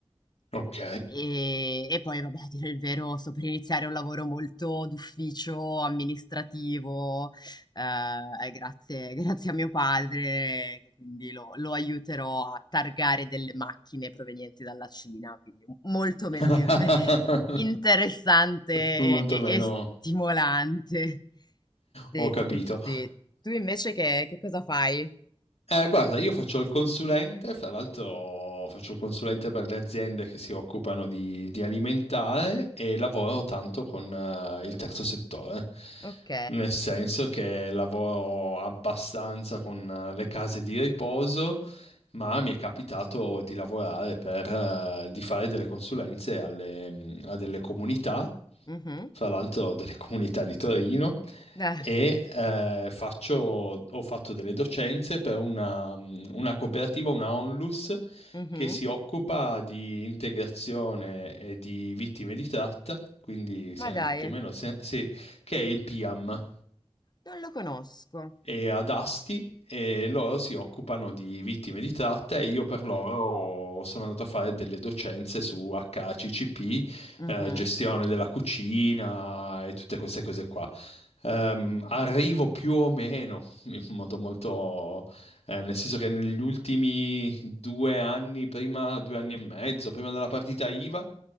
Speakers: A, on the left (about 85°); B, on the left (about 40°).
A: Ok.
B: e, e poi, vabbè, a dire il vero, sto per iniziare un lavoro molto d'ufficio, amministrativo, eh, grazie, <laughs> grazie a mio padre, che quindi lo, lo aiuterò a targare delle macchine provenienti dalla Cina, quindi molto
A: <laughs>
B: meno di- <laughs> interessante
A: Molto
B: e, e-
A: meno
B: e stimolante. Sì,
A: ho capito.
B: sì, sì. Tu invece che, che cosa fai?
A: Eh, guarda, io faccio il consulente, fra l'altro faccio il consulente per le aziende che si occupano di, di alimentare e lavoro tanto con eh, il terzo settore,
B: Ok.
A: nel senso che lavoro abbastanza con eh, le case di riposo, ma mi è capitato di lavorare per, eh, di fare delle consulenze alle- mm, a delle comunità
B: Mhm.
A: fra l'altro delle comunità di Torino,
B: Ah,
A: e eh, faccio, ho fatto delle docenze per una, mh, una cooperativa, una Onlus,
B: mhm.
A: che si occupa di integrazione e di vittime di tratta, quindi se-
B: Ma dai,
A: più o meno se- se- che è il PIAM,
B: non lo conosco.
A: e ad Asti e loro si occupano di vittime di tratta e io per loro sono andato a fare delle docenze su HACCP,
B: Mhm,
A: eh, gestione della cucina e tutte queste cose qua. Ehm, arrivo più o meno in modo molto, eh, nel senso che negli ultimi due anni, prima due anni e mezzo, prima della partita IVA,